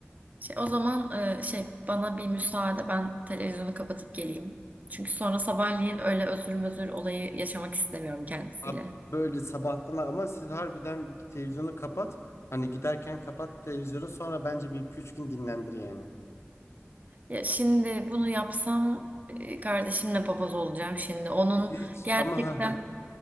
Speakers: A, on the right; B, on the left.
A: Şey, o zaman e, şey bana bir müsaade ben televizyonu kapatıp geleyim. Çünkü sonra sabahleyin öyle özür mözür olayı yaşamak istemiyorum kendisiyle.
B: Abi böyle sabahtan ama siz harbiden televizyonu kapat. Hani giderken kapat televizyonu sonra bence bir iki üç gün dinlendir yani.
A: Ya şimdi bunu yapsam e, kardeşimle papaz olacağım şimdi. Onun
B: Hiç
A: gerçekten
B: ama ha ha.